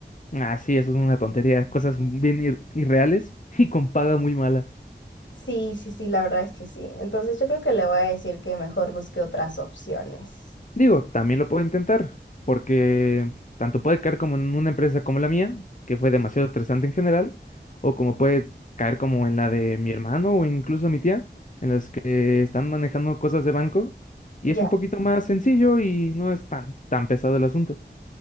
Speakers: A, on the left; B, on the left.
A: Ah, sí, eso es una tontería. Cosas bien ir- irreales <laughs> y con paga muy mala.
B: Sí, sí, sí, la verdad es que sí. Entonces yo creo que le voy a decir que mejor busque otras opciones.
A: Digo, también lo puedo intentar, porque tanto puede caer como en una empresa como la mía, que fue demasiado estresante en general, o como puede caer como en la de mi hermano o incluso mi tía, en las que están manejando cosas de banco y
B: Ya,
A: es un poquito más sencillo y no es tan, tan pesado el asunto.